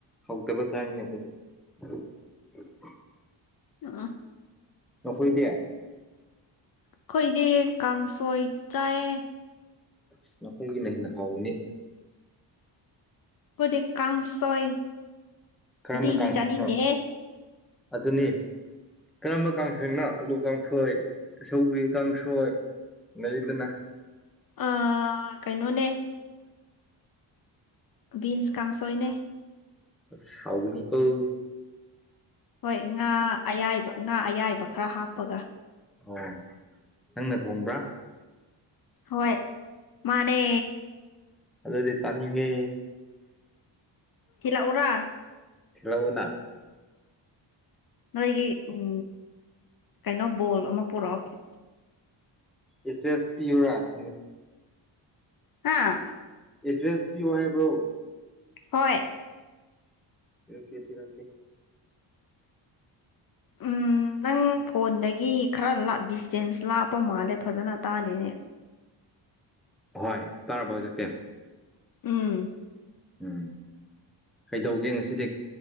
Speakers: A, in the centre; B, on the left (about 50°).
A: ꯍꯧꯗꯕ ꯆꯥꯔꯤꯅꯦ ꯑꯩꯈꯣꯏꯗꯤ ꯎ
B: ꯑ
A: ꯐꯣꯏꯗꯦ
B: ꯑꯩꯈꯣꯏꯗꯤ ꯀꯥꯡꯁꯣꯏ ꯆꯥꯏꯑ
A: ꯑ ꯅꯈꯣꯏꯒꯤꯅ ꯍꯦꯟꯅ ꯍꯥꯎꯅꯤ
B: ꯀꯗꯤ ꯀꯥꯡꯁꯣꯏ
A: ꯀꯔꯝꯕ
B: ꯎꯇꯤꯗꯤ
A: ꯀꯥꯡꯁꯣꯏꯅꯣ
B: ꯆꯥꯅꯤꯡꯗꯦꯍꯦ
A: ꯑꯗꯨꯅꯤ ꯀꯔꯝꯕ ꯀꯥꯡꯁꯪꯅꯣ ꯑꯂꯨ ꯀꯥꯡꯁꯣꯏ ꯑꯆꯧꯕꯔꯤ ꯀꯥꯡꯁꯣꯏ ꯂꯩꯗꯅꯣ
B: ꯑꯥ ꯀꯩꯅꯣꯅꯦ ꯕꯤꯟꯁ ꯀꯥꯡꯁꯣꯏꯅꯦ
A: ꯁꯥꯎꯅꯤ ꯀꯧꯕ
B: ꯍꯣꯏ ꯉꯥ ꯑꯌꯥꯏꯕ ꯉꯥ ꯑꯌꯥꯏꯕ ꯈꯔ ꯍꯥꯞꯄꯒ
A: ꯑꯣ ꯅꯪꯅ ꯊꯣꯡꯕ꯭ꯔꯥ
B: ꯍꯣꯏ ꯃꯥꯅꯦ
A: ꯑꯗꯤ ꯆꯅꯤꯡꯉ
B: ꯆꯂꯥꯛ ꯑꯣꯔꯥ
A: ꯊꯂꯎꯅ
B: ꯅꯣꯏꯒꯤ ꯎꯝ ꯀꯩꯅꯣ ꯕꯣꯜ ꯑꯃ ꯄꯨꯔꯛꯑꯣ
A: ꯑꯦꯗ꯭ꯔꯦꯁ ꯄꯤꯌꯨꯔꯥꯏ
B: ꯍꯥꯥ
A: ꯑꯦꯗ꯭ꯔꯦꯁ ꯄꯤꯌꯣ ꯍꯥꯏꯕ꯭ꯔꯣ
B: ꯍꯣꯏ
A: ꯄꯤꯔꯀꯦ ꯄꯤꯔꯀꯦ ꯑꯟꯑꯣꯗꯤꯕꯜ
B: ꯎꯝ ꯅꯪ ꯐꯣꯟꯗꯒꯤ ꯈꯔ ꯂꯥ ꯗꯤꯁꯇꯦꯟꯁ ꯂꯥꯞꯄ ꯃꯥꯜꯂꯦ ꯐꯖꯅ ꯇꯥꯜꯂꯤꯅꯦ
A: ꯍꯣꯏ ꯇꯥꯔꯕꯣ ꯍꯧꯖꯤꯛꯇꯦ
B: ꯎꯝ
A: ꯎꯝ ꯀꯩꯗꯧꯒꯦ ꯉꯁꯤꯗꯤ